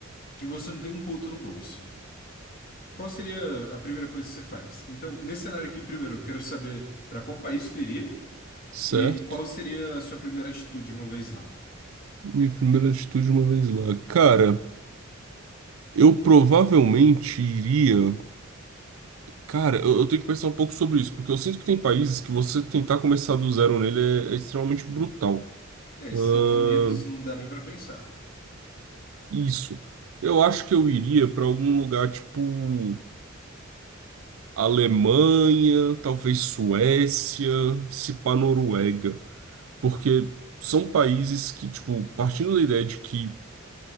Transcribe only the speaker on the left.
e você não tem um puto no bolso. Qual seria a primeira coisa que você faz? Então, nesse cenário aqui, primeiro, eu quero saber para qual país você iria
e qual seria a sua primeira atitude uma vez lá.
É, Estados
Unidos não dá nem para pensar.